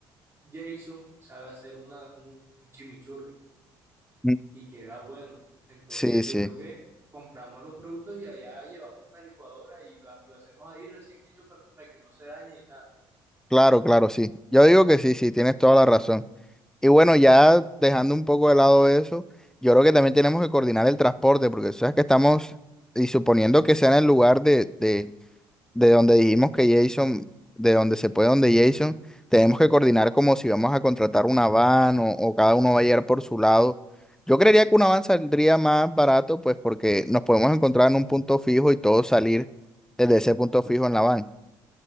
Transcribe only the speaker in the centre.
Mm.
Sí,
sí.
Claro, claro, sí. Yo digo que sí, sí, tienes toda la razón. Y bueno, ya dejando un poco de lado eso, yo creo que también tenemos que coordinar el transporte, porque sabes que estamos, y suponiendo que sea en el lugar de, de de donde dijimos que Jason, de donde se puede, donde Jason, tenemos que coordinar como si vamos a contratar una van o, o cada uno va a llegar por su lado. Yo creería que una van saldría más barato, pues porque nos podemos encontrar en un punto fijo y todos salir desde ese punto fijo en la van.